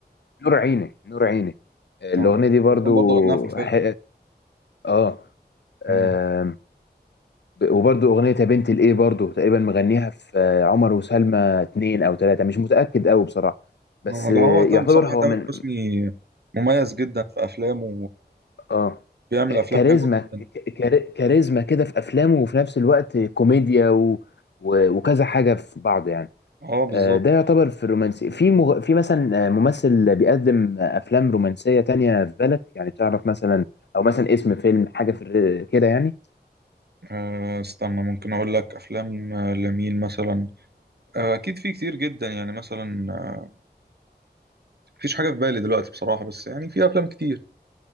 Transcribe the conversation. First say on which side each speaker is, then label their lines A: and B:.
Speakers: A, on the left; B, on the right.
A: نور عيني نور عيني الاغنيه
B: كان
A: دي برضو
B: تقريبا برضه غناها في الفيلم
A: ح... اه
B: مم.
A: آم، ب- وبرضو اغنيه يا بنت الايه برضو تقريبا مغنيها في آه، عمر وسلمى اتنين او تلاته مش متاكد قوي بصراحه بس
B: آه،
A: آه،
B: لا هو تم
A: يعتبر
B: بصراحة
A: هو
B: تامر
A: من
B: حسني مميز جدا في أفلامه
A: اه
B: وبيعمل
A: ك-
B: أفلام
A: كاريزما
B: حلوة جدا
A: ك- كار- كاريزما كده في افلامه وفي نفس الوقت كوميديا و... و... وكذا حاجه في بعض يعني
B: اه بالظبط
A: آه، ده يعتبر في الرومانسي في مغ... في مثلا آه، ممثل بيقدم آه، افلام رومانسيه تانية في بالك يعني تعرف مثلا او مثلا اسم فيلم حاجه في الر- كده يعني
B: آه، استنى ممكن اقول لك افلام آه، لمين مثلا آه، اكيد في كتير جدا يعني مثلا آه، مفيش حاجه في بالي دلوقتي بصراحه بس يعني في افلام كتير